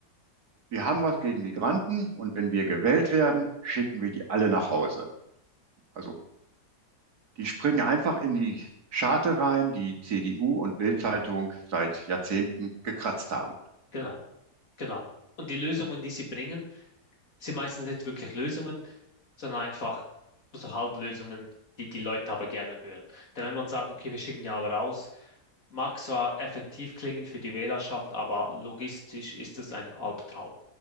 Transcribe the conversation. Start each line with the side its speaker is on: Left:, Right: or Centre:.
Right: wir haben was gegen Migranten und wenn wir gewählt werden, schicken wir die alle nach Hause. Also die springen einfach in die Scharte rein, die CDU und Bild-Zeitung seit Jahrzehnten gekratzt haben.
Left: Genau, genau. Und die Lösungen, die sie bringen, sind meistens nicht wirklich Lösungen, sondern einfach so Halblösungen, die die Leute aber gerne hören. Denn wenn man sagt, okay, wir schicken die alle raus, mag zwar effektiv klingen für die Wählerschaft, aber logistisch ist es ein Albtraum.